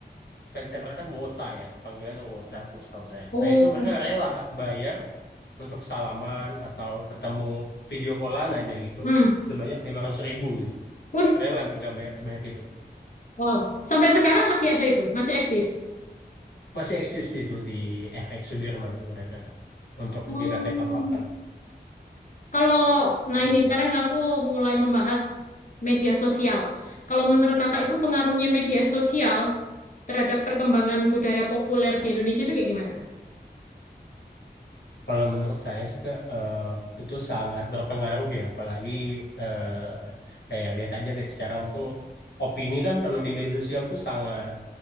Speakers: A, on the left; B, on the left.
A: fansnya mereka kan Wota ya panggilannya Wota tuh setahu saya
B: Oh.
A: nah itu mereka rela kak bayar untuk salaman atau ketemu video callan aja gitu
B: Hmm.
A: sebanyak lima ratus ribu gitu
B: Wih,
A: rela mereka bayar sebanyak itu
B: wow. Sampai sekarang masih ada itu, masih eksis.
A: masih eksis itu di FX Sudirman tuh mereka untuk
B: Oh.
A: JKT48
B: Kalau, nah
A: iya
B: ini sekarang aku mulai membahas media sosial. Kalau menurut kakak itu pengaruhnya media sosial terhadap perkembangan budaya populer di Indonesia itu kayak gimana?
A: Kalau menurut saya sih Kak, eh, itu sangat berpengaruh ya, apalagi eh, kayak lihat aja deh sekarang tuh opini kan kalau di media sosial tuh sangat